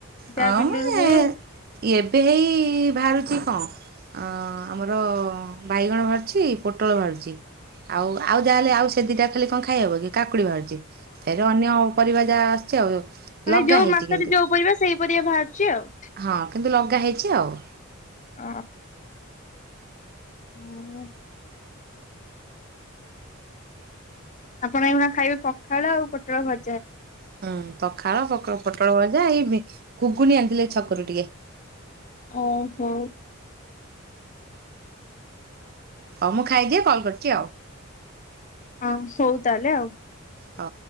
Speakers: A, on the left (about 35°); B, on the right (about 45°).
A: ଯାହା
B: ହଁ
A: ବିଲରୁ
B: ମୁଁ
A: ହୁଏ
B: ଏଁ ଏବେ ହେଇ ବାହାରୁଚି କଁ ଅଁ ମର ବାଇଗଣ ବାହାରୁଛି ପୋଟଳ ବାହାରୁଚି ଆଉ ଆଉ ଯାହା ହେଲେ ଆଉ ସେ ଦିଟା ଖାଲି କଁ ଖାଇହବ କି କାକୁଡ଼ି ବାହାରୁଚି ଫେରେ ଅନ୍ୟ ପରିବା ଯାହା ଆସଚି ଆଉ।
A: ଅରେ
B: ଲଗା
A: ଯୋଉ
B: ହେଇଛି
A: ମାସରେ
B: କିନ୍ତୁ
A: ଯୋଉ ପରିବା ସେଇ ପରିବା ବାହାରୁଚି ଆଉ।
B: ହଁ କିନ୍ତୁ ଲଗା ହେଇଚି ଆଉ।
A: ଅ ମୁଁ ଆପଣ ଏଇକ୍ଷୁଣା ଖାଇବେ ପଖାଳ ଆଉ ପୋଟଳ ଭଜା।
B: ହଁ ପଖାଳ ପୋକ ପୋଟଳ ଭଜା ଏଇ ବି କୁଗୁନି ଆଣିଥିଲେ ଛକୁରୁ ଟିକେ।
A: ଓହୋ।
B: ଅ ମୁଁ ଖାଇଦିଏ କଲ୍ କରୁଚି ଆଉ।
A: ହଁ ହୋଉ ତାହେଲେ ଆଉ।
B: ଅ